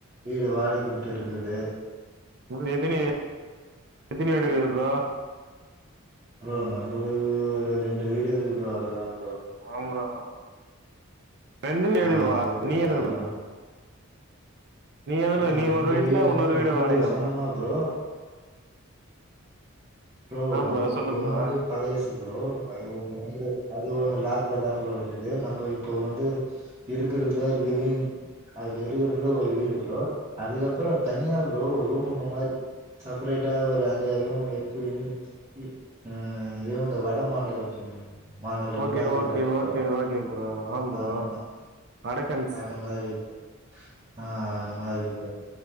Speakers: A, on the right (about 30°); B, on the right (about 50°).
A: வீடு வாடகைக்கு உட்டுட்டுருக்கிறது
B: உங்களுக்கு எத்தினி எத்தினி வீடு இருக்கு ப்ரோ
A: ப்ரோ நம்மளுக்கு ஒரு ரெண்டு வீடு இருக்கு ப்ரோ அதுதான் ப்ரோ
B: ஆம் ப்ரோ ரெண்டு ஏ
A: ஆ
B: வாடக நீ எதுல
A: அதுதா
B: கடக்கற
A: ப்ரோ
B: எதுல
A: ப்ரோ
B: நீ
A: ரெண்டு
B: ஒரு வீட்ல
A: வீடுன்னா
B: உன்னொரு
A: நம்மளுக்கு
B: வீடு வாடகையா
A: சொந்தமா ப்ரோ ப்ரோ
B: ஆ
A: நம்ம
B: சொல்லு
A: ஒன்னு
B: ப்ரோ
A: வந்து பழசு ப்ரோ அது இப்ப வந்து அது ஒண்ணு லாக்கில தான் ப்ரோ இருக்கு ப்ரோ நம்ப இப்ப வந்து இருக்குறதலே லிவ்விங் அதுல இருக்குறதலே ஒரு வீடு ப்ரோ அதுக்கப்புறம் தனியா ப்ரோ ரூம்மும மாரி செப்பரேட்டா ஒரு அஞ்சு ஆறு ரூம் இ எங்க அ இவங்க வட மாநிலத்தவங்க மாணவர்கள்லா
B: ஓகே
A: இருக்குறாங்க
B: ஓகே
A: ப்ரோ
B: ஓகே ஓகே ப்ரோ ஆம் ப்ரோ
A: அ அ
B: அடக்கன்ஸ்
A: அதான் மாரி இருக்கு ஆ அந்த மாரி ப்ரோ